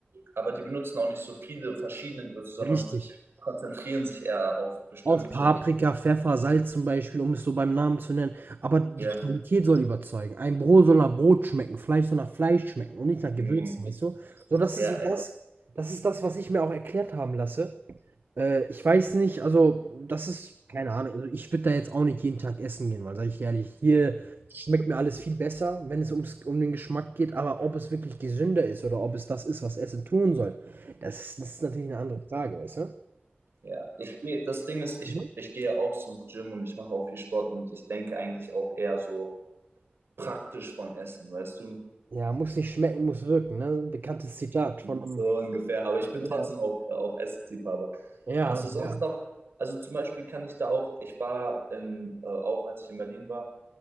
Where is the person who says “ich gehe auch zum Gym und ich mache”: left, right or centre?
Right